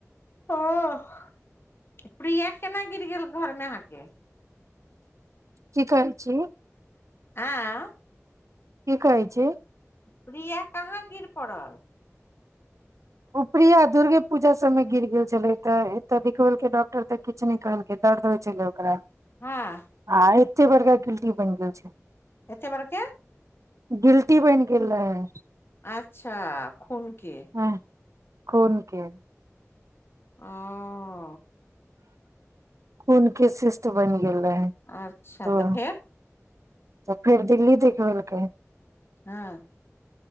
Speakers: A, on the left (about 50°); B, on the right (about 80°).
A: ओ- प्रिया केना गिर गेल घरमे अहाँके
B: की कहै छी
A: आँय
B: की कहै छी
A: प्रिया कहाँ गिर पड़ल
B: उ परिया दुर्गे पूजा सबमे गिर गेल छलै तऽ एतऽ देखबेल केए डॉक्टर तऽ किछु नै कहलकै दर्द होइ छलै ओकरा
A: हाँ
B: आ एते बड़का गिल्टी बनि गेल छलै
A: एते बरके।
B: गिलटी बैन गेल रहै
A: अच्छा खुन के।
B: हँ। खुनके।
A: ओ।
B: खून के शिस्ट बनि गेल रहै
A: अच्छा
B: तो
A: तऽ फेर।
B: तऽ फेर दिल्ली देखबेलकै।
A: हँ।